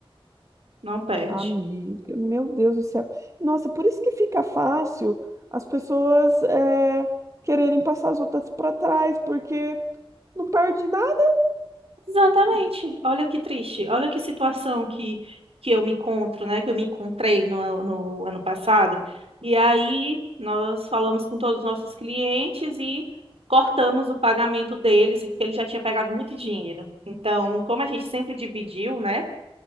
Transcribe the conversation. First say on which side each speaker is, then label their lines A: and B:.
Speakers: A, on the right; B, on the right.
A: não perde.
B: Amiga, meu Deus do céu. Nossa, por isso que fica fácil as pessoas é, quererem passar as outras para trás, porque não perde nada.
A: Exatamente. Olha que triste. Olha que situação que, que eu me encontro, né? Que eu me encontrei no, ano- no ano passado. E aí nós falamos com todos os nossos clientes e cortamos o pagamento deles, porque ele já tinha pegado muito dinheiro. Então, como a gente sempre dividiu, né,